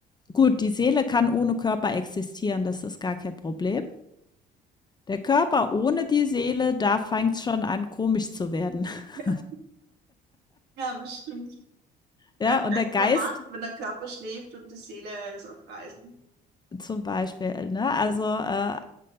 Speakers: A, on the left (about 25°); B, on the right (about 80°).
A: gut, die Seele kann ohne Körper existieren, das ist gar kein Problem. Der Körper ohne die Seele, da fängt's schon an, komisch zu werden. <laughs>
B: <laughs> Ja, bestimmt. Und
A: Ja,
B: dann vielleicht
A: und der Geist
B: in der Nacht, wenn der Körper schläft und die Seele ist auf Reisen.
A: zum Beispiel, ne? Also, äh,